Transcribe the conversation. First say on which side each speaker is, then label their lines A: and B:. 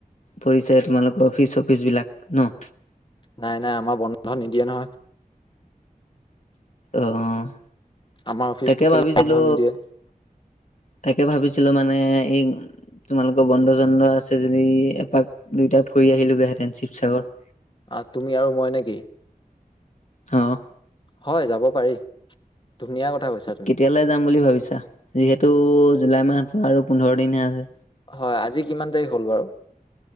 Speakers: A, on the left; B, on the left.
A: পৰিছে তোমালোকৰ অফিচ চফিচবিলাক ন?
B: নাই নাই আমাৰ বন্ধ নিদিয়ে নহয়।
A: অ'
B: আমাৰ অফিচটো
A: তাকে
B: কেলে
A: ভাবিছিলো
B: বন্ধ নিদিয়ে
A: তাকে ভাবিছিলোঁ মানে এই তোমালোকৰ বন্ধ চন্দ আছে যদি এপাক দুইটা ফুৰি আহিলোগৈহেতেন শিৱসাগৰ।
B: অ' তুমি আৰু মই নেকি?
A: অ'।
B: হয় যাব পাৰি, ধুনীয়া কথা কৈছাতু।
A: কেলে যাম বুলি ভাবিছা যিহেতু জুলাই মাহতো আৰু পোন্ধৰ দিনহে আছে।
B: হয় আজি কিমান তাৰিখ হ'ল বাৰু?